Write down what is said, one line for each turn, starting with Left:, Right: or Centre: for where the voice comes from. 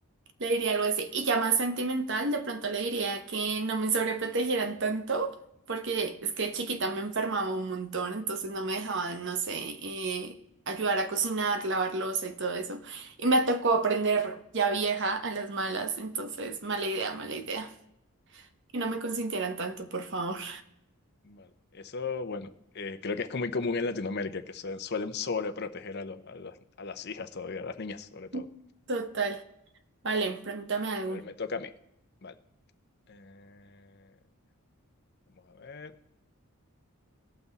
Right: Le diría algo así. Y ya más sentimental, de pronto le diría que no me sobreprotegieran tanto, porque es que de chiquita me enfermaba un montón, entonces no me dejaban, no sé, eh, ayudar a cocinar, lavar loza y todo eso. Y me tocó aprender ya vieja a las malas, entonces mala idea, mala idea. Que no me consintieran tanto, por favor.
Left: vale. Eso, bueno, eh, creo que es muy común en Latinoamérica, que se suelen sobreproteger a, los- a, las- a las hijas todavía, a las niñas sobre todo.
Right: <laughs> Total. Vale, pregúntame algo.
Left: A ver, me toca a mí. Vale. Eh, vamos a ver.